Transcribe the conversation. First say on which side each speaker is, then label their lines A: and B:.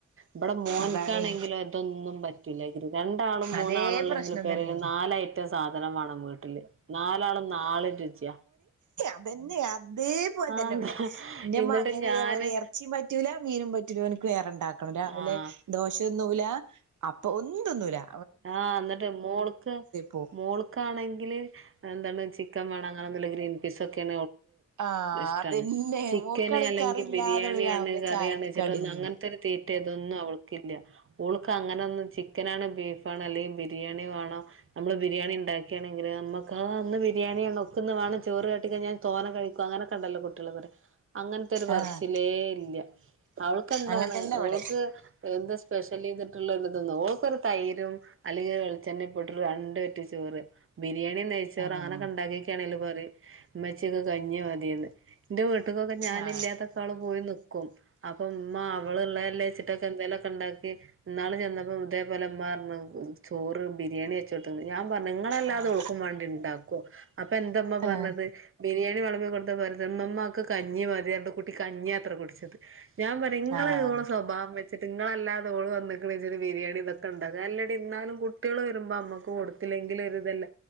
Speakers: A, on the right; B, on the right.
A: ഇവിടെ മോൻക്കാണെങ്കില
B: അതാണേ
A: ഇതൊന്നും പറ്റൂല്ല രണ്ടാളും മൂന്നാളുംല്ലെങ്കിൽ
B: അതേ പ്രശ്നം
A: പേരേൽ
B: തന്നെ
A: നാൽ ഏറ്റവും സാധനം വേണം വീട്ടില്. നാലാളും നാൽ രുചിയാ
B: അതന്നെയാ അതേ അതേപോലെ
A: ആഹ്
B: തന്നെ ഇവിടെ. ന്റെ
A: എന്നിട്ട്
B: മകന്
A: ഞാന്
B: ഇതേപോലെ ഇറച്ചിയും പറ്റൂല മീനും പറ്റൂല ഓനിക്ക് വേറണ്ട ക്കണം. രാവിലെ
A: ആഹ്
B: ദോശൊന്നുല അപ്പൊ ഒന്നും തിന്നുലാ..
A: ആഹ ന്നിട് മോൾക്ക്
B: പോവും
A: മോൾക്കാണെങ്കിൽ എന്താണ് ചിക്കൻ വേണം അങ്ങനേല് ഗ്രീൻ പീസ് ഒക്കെയ
B: ആഹ്
A: ഇഷ്ട്ടാണ്
B: അതന്നെ
A: ചിക്കന്
B: മോക്കാണെ
A: അല്ലെങ്കിൽ
B: കറി ഇല്ലാതെ
A: ബിരിയാണിയ
B: ഓള് രാവിലെ
A: ആണ് കറിയാണ്
B: ചായക്ക്
A: ചിട്ട
B: കടി
A: ഒന്ന്
B: തിന്നൂല
A: അങ്ങനത്തെ ഒരു തീ തൊന്നും അവൾക്കില്ല. ഓൾക്ക് അങ്ങനെന്നും ചിക്കനാണ് ബീഫ് അല്ലെങ്കിൽ ബിരിയാണി വേണോ നമ്മള് ബിരിയാണി ഇണ്ടാക്കാണെങ്കിൽ നമുക്ക അന്ന് ബിരിയാണി ആണ് ചോറ് കാട്ടിക്ക ഞാൻ തോന കഴിക്കും. അങ്ങനെക്കെണ്ടല്ലോ കുട്ടികൾ അങ്ങനത്തെ ഒരു പറച്ചിലേ
B: ആഹ്
A: ഇല്ല അവൾക്ക്ന്താണ്
B: അങ്ങനെ തന്നെ ഇവിടെ
A: ഓൾക്ക് എന്ത് സ്പെഷ്യൽ ചെയ്തിട്ടുള്ള ഇതൊ ഓൾക്കൊരു തൈരും അല്ലെങ്കിൽ വെളിച്ചെണ്ണ ഇപ്പട്ട് രണ്ട് പറ്റി ചോറ് ബിരിയാണി നയിച്ചോറ്
B: ആഹ്
A: അങ്ങനക്കെ ഉണ്ടാക്കിക്കാണെലോ പറയും. മ്മച്ചി ന്ക്ക് കഞ്ഞി മതിന്ന്. എന്റെ വീട്ടക്കൊക്കെ ഞാനില്ലാത്തക്കൊക്കെ
B: ആഹ്
A: അവള് പോയി നി ക്കും. അപ്പ ഉമ്മ അവൾ ള്ളല്ലേ ച്ചിട്ടൊക്കെ എന്തെലൊക്കെ ഉണ്ടാക്കി ന്നാൾ ചെന്നപ്പോ ഇതേപോലെ മ്മ പാർഞ്. ചോറ് ബിരിയാണി വെച്ച് കൊടുത്തേക്കണ് ങ്ങളല്ലാതെ
B: ആഹ് ആഹ്
A: ഓൾക്കും വേണ്ടി ണ്ടാക്കോ, അപ്പൊ എന്തമ്മ
B: ആഹ്
A: പറഞ്ഞത് ബിരിയാണി കൊടുത്തപ്പോൾ മ്മമ്മ ഇക്ക് കഞ്ഞി മതിപറഞ്ഞു കുട്ടി കഞ്ഞിയാത്ര കുടിച്ചത് ഞാൻ പറയാ ഇങ്ങങ്ങള്
B: ആഹ്
A: ഇള് സ്വഭാവം ഞാൻ പറയാ ഇങ്ങൾ ഇങ്ങള്ടെ സ്വഭാവം വെച്ചട്ട് നിങ്ങളല്ലാതോള് വന്നിക്കിണ് ജാരിച്ചു ബിരിയാണി ഇതൊക്കെ ഉണ്ടാക്കുക അല്ല ന്നാലും കുട്ടികൾ വരുമ്പോ അമ്മക്ക് കൊടുത്തില്ലെങ്കിൽ ഒരു ഇതല്ല